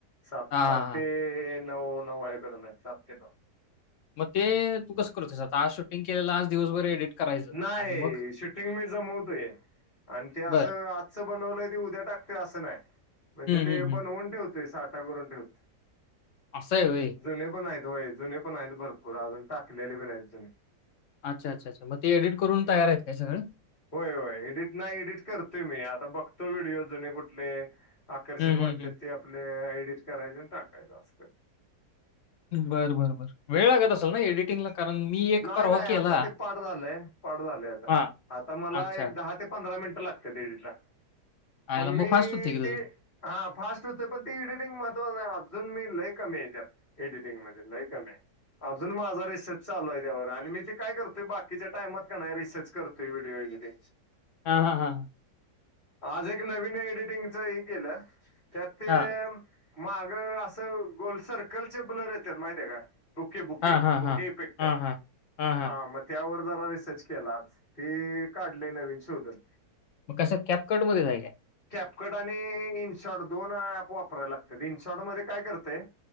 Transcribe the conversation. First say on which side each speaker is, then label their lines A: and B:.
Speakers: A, on the left; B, on the left.
A: सात
B: हां,
A: सते
B: हां.
A: नऊ नऊ आहेईबर ना सात नऊ
B: मग ते तू कस करतयस आता आज शूटिंग केलेलं आज दिवसभर एडिट करायचं
A: नाही
B: आणि मग?
A: शूटिंग मी जमवतोय आणि ते असं
B: बरं.
A: आ बनवलंय ते उद्या टाकतय असं नाही म्हणजे
B: हं,
A: ते
B: हं, हं.
A: बनवून ठेवतय साठा करून ठेवत
B: अस ये वय
A: जुने पण आहेत होय जुने पण आहेत भरपूर अजून टाकलेले पण आहेत जुने
B: अच्छा अ्छा अच्ा म ते एडट करून
A: हम्म.
B: तयार आहेत काय सगं
A: होय होय एडिट नाही एडिट करतोय मी आता बघतो व्हिडिओ जुने कुठले आकर्षित
B: हं,
A: वाटते
B: हं, हं.
A: ते आपले एडिट करायचे आणि टाकायच अस
B: बरं बर बर वेळ लागत असल ना एडिटिंगला कारण मी एक
A: नाही
B: परवा
A: नाही
B: केला
A: आता ते पाठ झालंय पाठ झाले आता
B: हां.
A: आता मला
B: अच्छा.
A: एक दहा ते पंधरा मिनिट लागते दिडीला
B: आयला
A: पण
B: मग
A: मी
B: फास्ट होते की तुझं.
A: ती हा फास्ट होते पण ती एडिटिंग महत्त्वा अजून मी लय कमीेतत एडिटिंग मध्ये नाहीक नाही अजून माझा रिसर्च चालू आहे त्यावर आणि मी ते काय करतोय बाकीच्या टायमात का नाही रिसर्च करतोय व्हिडिओ वगैरे
B: हा हा हा
A: आज एक नवीन एडिटिंगच हे केलं त्यात ते
B: हां.
A: माग असं गोल्ड सर्कलचे ब्लर येतात माहिित आहे का बुके बुके
B: हां, हां,
A: बुके
B: हां.
A: इफेक्ट
B: हां, हां. हां, हां.
A: हा म त्यावर जरा रिसर्च केला ते काढले नवीन शोधत
B: मग कशा कॅपकट मध्ये जायल्या
A: कॅपकट आणि इनशॉट दोन ऍप वापराला लागत इनशॉट मध्ये काय करते